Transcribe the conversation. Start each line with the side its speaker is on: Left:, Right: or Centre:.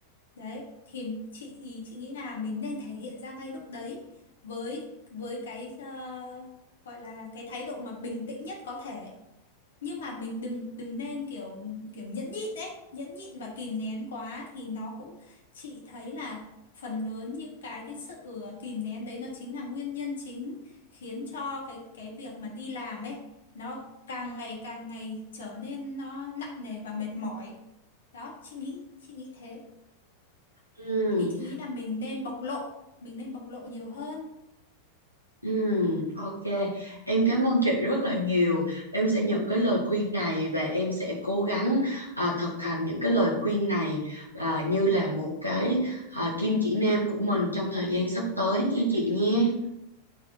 Left: Đấy, thì chị chị nghĩ là mình nên thể hiện ra ngay lúc đấy với với cái ờ, gọi là cái thái độ mà bình tĩnh nhất có thể. nhưng mà mình đừng đừng nên kiểu kiểu nhẫn nhịn đấy nhẫn nhịn và kìm nén quá thì nó cũng chị thấy là phần lớn những cái cái sự ờ, kìm nén đấy nó chính là nguyên nhân chính khiến cho cái cái việc mà đi làm ấy nó càng ngày càng ngày trở nên nó nặng nề và mệt mỏi đó chị nghĩ chị nghĩ thế
Right: Ừm.
Left: thì chị nghĩ là mình nên bộc lộ mình nên bộc lộ nhiều hơn
Right: Ừm, ok, em cảm ơn chị rất là nhiều. Em sẽ nhận cái lời khuyên này và em sẽ cố gắng à, thực hành những cái lời khuyên này à, như là một cái à, kim chỉ nam của mình trong thời gian sắp tới nha chị nhé.